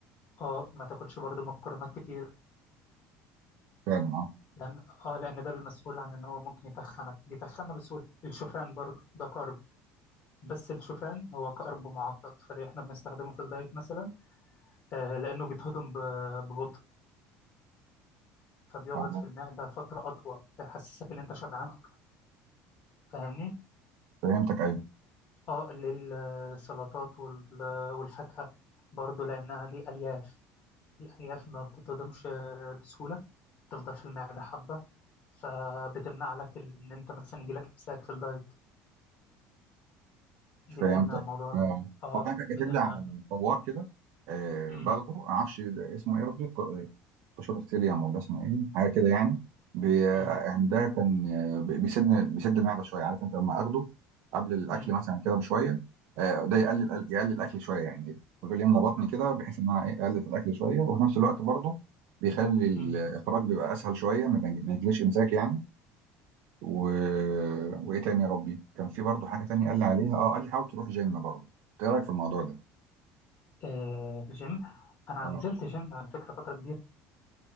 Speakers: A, on the left; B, on the right.
A: اه ما تاكلش برضه مكرونات كتير
B: فعلا اه
A: لان اه لان ده المسؤول عن ان هو ممكن يتخنك بيتخنى بسهوله الشوفان برضه ده كارب بس الشوفان هو كارب معقد فليه احنا بنستخدمه في الدايت مثلا آه لانه بيتهضم ب- ببطء فبيقعد
B: آه،
A: في المعده فتره اطول فيحسسك ان انت شبعان اكتر فاهمني
B: فهمتك ايوه
A: اه للسلطات وال- والفاكهة برضو لأنها دي ألياف الألياف ما بتتهضمش بسهولة بتفضل في المعدة حبة فبتمنع لك إن أنت مثلا يجيلك إمساك في الدايت دي
B: فهمتك
A: بتمنع الموضوع ده
B: اه
A: اه
B: هو كان كاتب
A: بتمنع
B: لي على فوار كده آه
A: امم
B: باخده ما اعرفش اسمه ايه يا ربي قشور ستيليوم ولا اسمه ايه حاجه كده يعني بي... آه،
A: امم
B: يعني ده كان آه، بي- بيسد بيسد المعده شويه عارف انت لما اخده قبل الاكل
A: امم
B: مثلا كده بشويه آه ده يقلل يقلل الاكل شويه يعني بيقول يملى بطني كده بحيث ان انا ايه اقلل في الاكل شويه وفي نفس الوقت برضه بيخلي الاخراج
A: امم
B: بيبقى اسهل شويه ما بيجي- ما يجيليش امساك يعني و... وايه تاني يا ربي كان في برضو حاجه تانية قال لي عليها اه قال لي حاول تروح جيم برضو انت ايه رايك في الموضوع ده
A: آه الجيم أنا
B: اه
A: نزلت جيم على فكرة فترة كبيرة